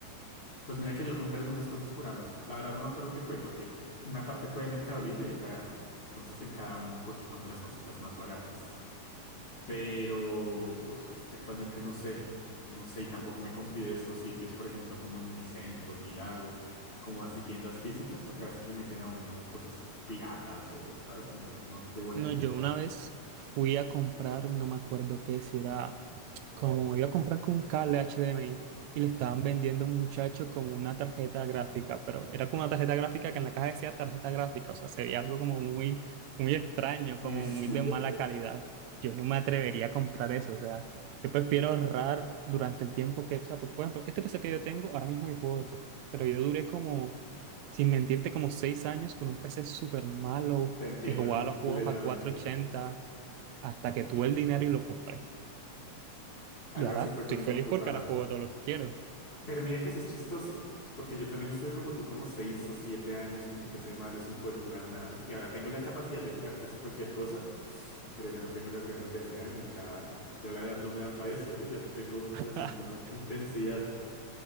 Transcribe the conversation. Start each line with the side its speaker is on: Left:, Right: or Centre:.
Left: Pues mira que yo compré algunas cosas por Amazon. La verdad no me acuerdo qué fue, porque una parte fue de Mercado Libre y otra de Amazon. Entonces en cada uno cogí como las cositas más baratas. Pero uf, es que actualmente no sé, no sé, y tampoco me confío de estos sitios, por ejemplo, como un Unicentro, Unilago, como así tiendas físicas, porque a veces le meten a uno cosas piratas o, ¿sabes? Como no de buena
Right: No,
Left: calidad.
Right: yo una vez fui a comprar, no me acuerdo qué, si era como iba a comprar con un cable HDMI y le estaban vendiendo a un muchacho como una tarjeta gráfica, pero era como una tarjeta gráfica que en la caja decía tarjeta gráfica, o sea, se veía algo como muy, muy extraño,
Left: Muy
Right: como
Left: ex-
Right: muy
Left: <laughs>
Right: de mala calidad. Yo no me atrevería a comprar eso, o sea, yo prefiero ahorrar durante el tiempo que, o sea, porque por ejemplo, este PC que yo tengo, ahora mismo yo juego de todo, pero yo duré como, sin mentirte, como seis años con un PC súper malo
Left: Te entiendo
Right: que jugaba
Left: completamente.
Right: los juegos a 480 hasta que tuve el dinero y lo compré.
Left: Algo
Right: Y ahora
Left: así fue
Right: estoy
Left: con mi
Right: feliz
Left: computador.
Right: porque ahora juego todo lo que quiero.
Left: Pero mira que eso es chistoso, porque yo también estuve como tú, como seis o siete años con un PC malo sin poder jugar nada, y ahora tengo la capacidad de jugar casi cualquier cosa, pero ya no tengo las ganas de hace años, ya, ya la edad no me da para eso, ¿eh? Ya no tengo
Right: <laughs>
Left: la misma intensidad.